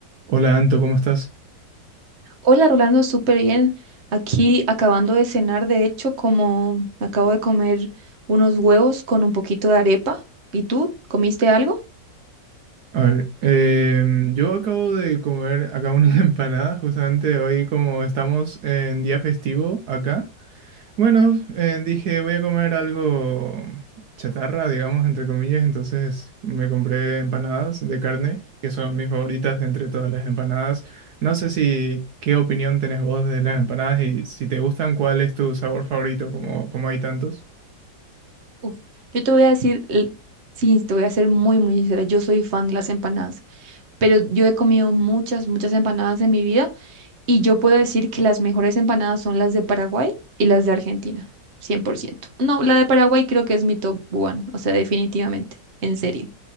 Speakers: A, on the right (about 65°); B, on the right (about 40°).
A: Hola Anto, ¿cómo estás?
B: Hola Rolando, súper bien. Aquí acabando de cenar, de hecho, como me acabo de comer unos huevos con un poquito de arepa. ¿Y tú comiste algo?
A: A ver, em, yo acabo de comer acá una <laughs> empanada, justamente hoy como estamos en día festivo acá. Bueno, eh, dije voy a comer algo chatarra, digamos, entre comillas, entonces me compré empanadas de carne, que son mis favoritas de entre todas las empanadas. No sé si qué opinión tenés vos de las empanadas y si te gustan, ¿cuál es tu sabor favorito, como, como hay tantos?
B: Uf, Yo te voy a decir, l- sí, te voy a ser muy, muy sincera, yo soy fan de las empanadas, pero yo he comido muchas, muchas empanadas en mi vida y yo puedo decir que las mejores empanadas son las de Paraguay y las de Argentina, 100%. No, la de Paraguay creo que es mi top one, o sea, definitivamente, en serio.